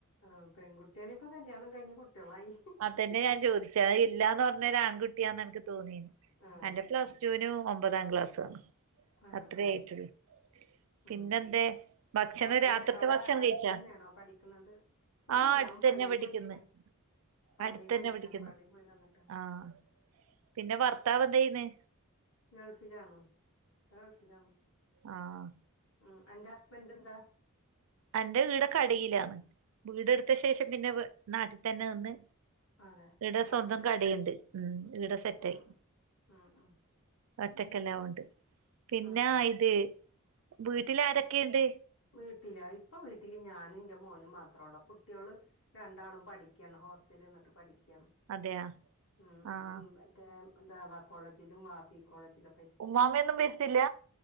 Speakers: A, on the left; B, on the right.
A: ആഹ് പെൺകുട്ടിയാണേപ്പൊ കല്യാണം കഴിഞ്ഞുകുട്ടികളായി
B: അതന്നെ ഞാൻ ചോദിച്ച് അഹ് ല്ലാന്നുപർഞ്ഞേന് ആൺകുട്ടിയാന്നെ എനിക്കുതോന്നി
A: ആ
B: അന്റെ പ്ല ജൂനു ഒമ്പതാംക്ലാസ്സാണ്
A: ആ
B: അത്രേ
A: ആ
B: ആയിട്ടുള്ളൂ. പിന്നെന്തെ
A: ഉം
B: ഭക്ഷണം
A: മക്കള്
B: രാത്രീകത്തെ
A: അവിടെ
B: ഭക്ഷണം
A: അടുത്തന്നെയാണോ
B: കഴിച്ചാ?
A: പഠിക്കണത് ഇല്ല
B: ആഹ്
A: ഇല്ല
B: അടുത്തന്നെ
A: അവൻ പള്ളി
B: പഠിക്കുന്ന്
A: പോയിക്കാണ് പള്ളി
B: അടുത്തന്നെപഠിക്കുന്ന്
A: പോയിക്കാണ് പള്ളി പോയി വന്നിട്ട്
B: ആഹ് പിന്നെ ഭർത്താവ് എന്താ ചെയ്യുന്നേ?
A: ഗൾഫിലാണ് ഇക്ക ഗൾഫിലാന്ന്
B: ആഹ്
A: ഉം അന്റെ ഹസ്ബന്റെന്താ?
B: അന്റെ വീടോക്കെ അടിലാന്ന് വീടെട്ത്തശേഷം പിന്നെ നാട്ടിൽ തന്നെ നിന്ന്
A: അതെ
B: ഇവിടെ
A: സെറ്റായി
B: സ്വന്തം കടെണ്ട് ഉം ഇവിടെ സെറ്റായി
A: ഉം ഉം ഉം
B: ഒറ്റക്കെല്ലാമുണ്ട് പിന്നാ
A: ഉം
B: ഇത് വീട്ടില് ആരൊക്കെണ്ട്?
A: വീട്ടിലോ ഇപ്പൊ വീട്ടില് ഞാന് ഇന്റെ മോനും മാത്രോള്ളു കുട്ട്യേള് രണ്ടാളും പഠിക്ക്യാണ് ഹോസ്റ്റല് നിന്നിട്ട് പഠിക്ക്യാണ്
B: അതെയാ
A: ഉം
B: ആഹ്
A: മ്മ് മറ്റേ ദഅവ കോളേജിലും വാഫി കോളേജിലൊക്
B: ഉമ്മാമയൊന്നും വര്ത്തില്ല